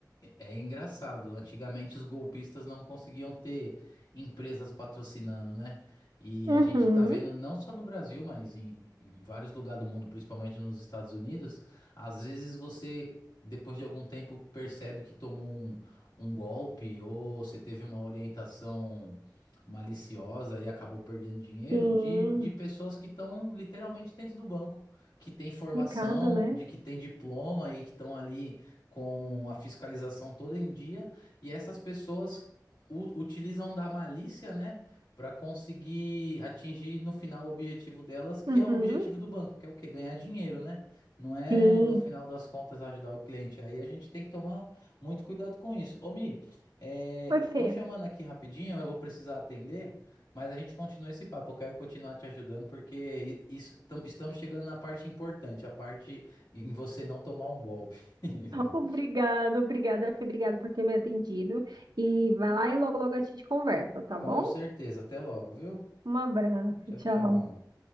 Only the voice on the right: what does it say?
Uhum,
sim,
complicado, né?
Uhum.
Sim.
Oi, Fê.
Obrigada, obrigada, Fê. Obrigada por ter me atendido. E vai lá e logo, logo a gente conversa, tá
bom?
Um abraço,
tchau.